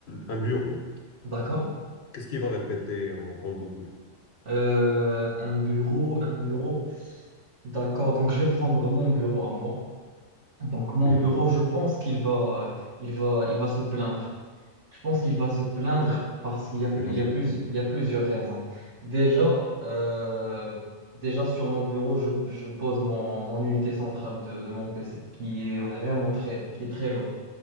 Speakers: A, on the left; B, on the right.
A: un bureau,
B: D'accord.
A: qu'est-ce qu'il va répéter en, en boucle?
B: Euh, un bureau, un bureau. D'accord. Donc, je vais prendre mon bureau à moi. Donc, mon
A: Mhm.
B: bureau, je pense qu'il va, il va, il va se plaindre. Je pense qu'il va se plaindre parce qu'il y a plus,
A: Une réception.
B: il y a plus, il y a plusieurs raisons. Déjà, euh, déjà sur mon bureau, je, je pose mon, mon unité centrale de, de mon PC qui est vraiment très, qui est très lourde.